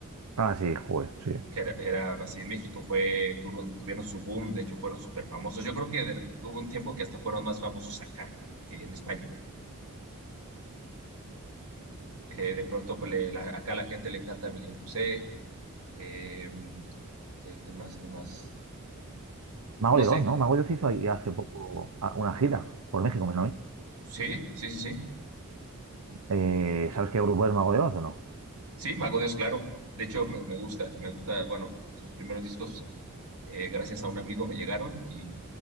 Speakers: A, on the right; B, on the right.
A: Ah, sí, joder, sí.
B: que era, era así en México, fue, tuvo- tuvieron su boom, de hecho fueron súper famosos. Yo creo que de- hubo un tiempo que hasta fueron más famosos acá que en España. Eh, de pronto, pues, le- la- acá a la gente le encanta Miguel Bosé, eh, eh, ¿quién más? ¿Quién más?
A: Mago
B: No
A: de
B: sé,
A: Oz, ¿no? Mago de Oz hizo ahí hace poco ah, una gira por México, me suena a mí.
B: sí, sí, sí, sí.
A: Eh, ¿sabes qué grupo es Mago de Oz o no?
B: Sí, Mago Dios, claro. De hecho, me, me gusta, me gusta, bueno, sus primeros discos, eh, gracias a un amigo me llegaron y